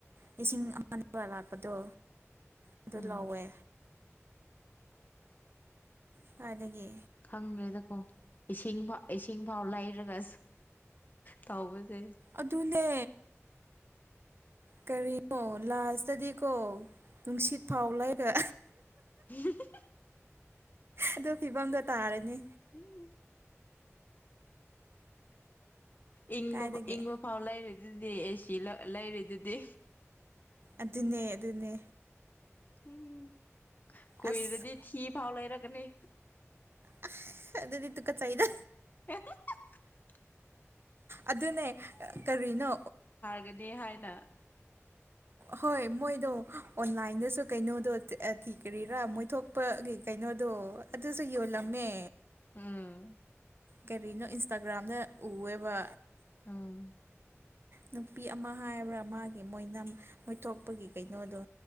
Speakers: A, on the right (about 50°); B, on the left (about 40°).
A: ꯂꯤꯁꯤꯡ ꯑꯃꯔ ꯂꯥꯛꯄꯗꯣ ꯑꯗꯨ
B: ꯎꯝ
A: ꯂꯧꯎꯋꯦ꯫ ꯈ꯭ꯋꯥꯏꯗꯒꯤ꯫
B: ꯈꯪꯗ꯭ꯔꯦꯗꯀꯣ ꯏꯁꯤꯡ ꯏꯁꯤꯡ ꯐꯥꯎ ꯂꯩꯔꯒ ꯇꯧꯕꯁꯦ
A: ꯑꯗꯨꯅꯦ ꯀꯔꯤꯅꯣ ꯂꯥꯁꯇꯗꯤꯀꯣ ꯅꯨꯡꯁꯤꯠ ꯐꯥꯎ ꯂꯩꯔ
B: ꯍꯝ <unintelligible>
A: ꯑꯗꯨ ꯐꯤꯕꯝꯗꯣ ꯇꯥꯔꯅꯤ
B: ꯎꯝ ꯏꯪꯕ
A: ꯀꯥꯏꯗꯒꯤ
B: ꯏꯪꯕ ꯐꯥꯎ ꯂꯩꯔꯦꯗꯨꯗꯤ ꯑꯩ ꯁꯤ ꯂꯩꯔꯗꯨꯗꯤ
A: ꯑꯗꯨꯅꯦ ꯑꯗꯨꯅꯦ꯫
B: ꯎꯝ ꯀꯨꯏꯔꯗꯤ
A: ꯑꯁ
B: ꯊꯤ ꯐꯥꯎ ꯂꯩꯔꯛꯒꯅꯤ꯫
A: ꯑꯁ ꯑꯗꯨꯗꯤ ꯇꯨꯀꯠꯆꯩꯗ
B: <inaudible>
A: ꯑꯗꯨꯅꯦ ꯀꯔꯤꯅꯣ
B: ꯀꯔꯤꯍꯥꯏꯅ꯫
A: ꯍꯣꯏ ꯃꯣꯏꯗꯣ ꯑꯣꯟꯂꯥꯏꯟꯗꯁꯨ ꯀꯩꯅꯣꯗꯣ ꯊꯤ ꯀꯔꯤꯔꯥ ꯃꯣꯏ ꯊꯣꯛ ꯒꯤ ꯀꯩꯅꯣꯗꯣ ꯑꯗꯨꯁꯨ ꯌꯣꯜꯂꯝꯃꯦ꯫
B: ꯎꯝ꯫
A: ꯀꯔꯤꯅꯣ ꯏꯟꯁꯇꯥꯒ꯭ꯔꯥꯝꯗ ꯎꯋꯦꯕ꯫
B: ꯎꯝ
A: ꯅꯨꯄꯤ ꯑꯃ ꯍꯥꯏꯕ꯭ꯔꯥ ꯃꯥꯒꯤ ꯃꯣꯏꯅꯝ ꯃꯣꯏꯊꯣꯛꯄꯒꯤ ꯀꯩꯅꯣꯗꯣ꯫